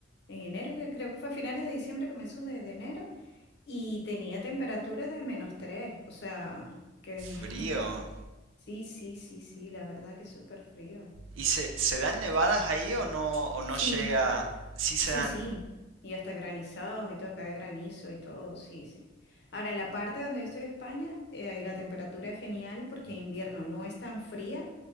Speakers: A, on the left (about 60°); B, on the right (about 80°).
A: en enero, que creo que fue a finales de diciembre, comenzó de, de enero, y tenía temperatura de menos tres o sea, que
B: frío.
A: <laughs> sí, sí, sí, sí, la verdad que es súper frío.
B: ¿Y se, se dan nevadas ahí o no, o no
A: Sí,
B: llega? Sí se
A: Sí,
B: dan.
A: sí, y hasta granizados y todo, cae granizo y todo, sí, sí. Ahora, en la parte donde yo estoy de España, eh, la temperatura es genial porque en invierno no es tan fría.